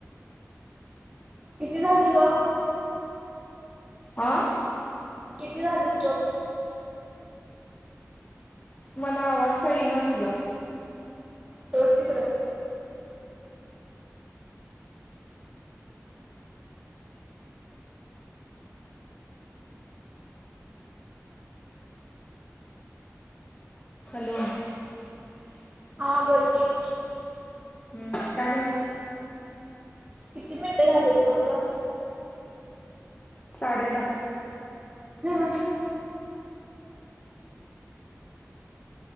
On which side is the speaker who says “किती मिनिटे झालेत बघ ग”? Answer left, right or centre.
Right